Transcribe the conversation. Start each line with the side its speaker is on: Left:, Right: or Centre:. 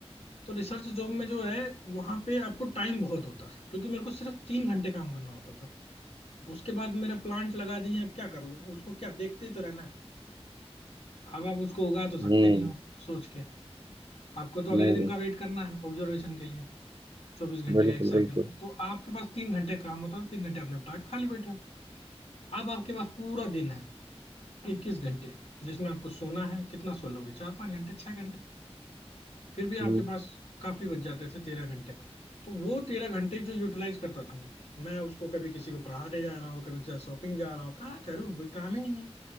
Left: तो रिसर्च जॉब में जो है वहाँ पे आपको टाइम बहुत होता है क्योंकि मेरे को सिर्फ तीन घंटे काम करना होता था उसके बाद मेरा प्लांट लगा दिए अब क्या करूँ उसको क्या देखते ही तो रहना है अब आप उसको उगा तो सकते
Right: हम्म
Left: नहीं हो सोच के आपको तो
Right: नहीं
Left: अगले दिन
Right: नहीं
Left: का वेट करना है ऑब्जर्वेशन के लिए चौबीस घंटे
Right: बिल्कुल
Left: का एक साइकिल
Right: बिल्कुल
Left: तो आपके पास तीन घंटे काम होता है तीन घंटे आप निपटा के खाली बैठे हो अब आपके पास पूरा दिन है इक्कीस घंटे जिसमें आपको सोना है कितना सो लोगे चार पाँच घंटे छह घंटे फिर भी आपके
Right: हम्म
Left: पास काफी बच जाते थे तेरह घंटे तो वो तेरह घंटे जो यूटिलाइज करता था मैं मैं उसको कभी किसी को पढ़ाने जा रहा हूँ कभी किसी शॉपिंग जा रहा हूँ क्या करूँ कोई काम ही नहीं है